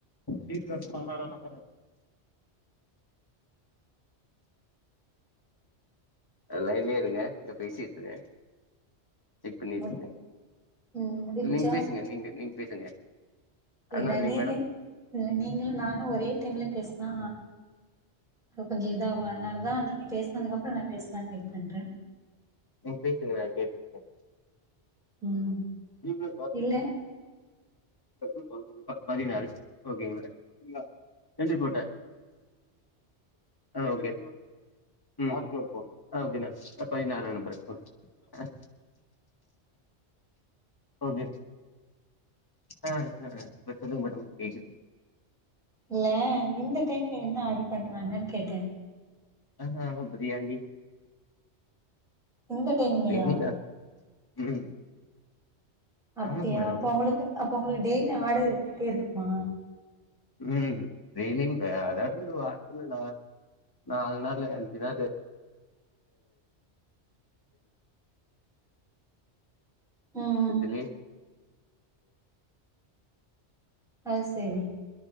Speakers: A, on the left (about 20°); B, in the centre.
A: வீட் நம்பர் பதினாறா நப்பரு லைன்லே இருங்க இங்க பேசிட்யிர்க்கே செக் பண்ணிட்யிர்க்கே
B: முடி ம் முடிஞ்சா
A: நீங்க பேசுங்க நீங்க நீங்க பேசுங்க ஐ
B: இல்ல
A: அம் நாட் லிவிங்
B: நீங்க
A: மேடம்
B: இல்ல நீங்களு நானு ஒரே டைம்ல பேஸ்னா அங்க கொஞ்சோ இதாகு அதனால தா நீங்க பேஸ்னதுக்கப்றோ நா பேசலான் வெய்ட் பண்ற
A: நீங்க பேசுங்க எனக் கேக்குது
B: ம்
A: ஜீப்ல
B: இல்ல
A: <unintelligible> அ பதினாறு ஒக்ங்க என்ட்ரி போட்டே ஆ ஓகே ம் அ ஓகேனா பதினாறா நம்பரு ஆ ஓகே ஆ ஆ சொல்லுங்க மேடம் கேக்குது
B: இல்ல இந்த டைம்ல என்ன ஆடர் பண்ணுவாங்கன்னு கேட்டே
A: ஆ பிரியாணி
B: இந்த டைம்லயா
A: பிரியாணி தா ம்
B: அப்டியா
A: ஆமா மேடம்
B: அப்ப உவங்களுக்கு அப்ப உவங்களுக்கு டெய்லி ஆடர் இருந்துகிட்டே இருக்குமா
A: ம் டெலியும் இப்ப அதாவது வாரத்துல நாலு நாலு நாளு அஞ்சு நாளு
B: ம்
A: இதுலே
B: ஆ சேரி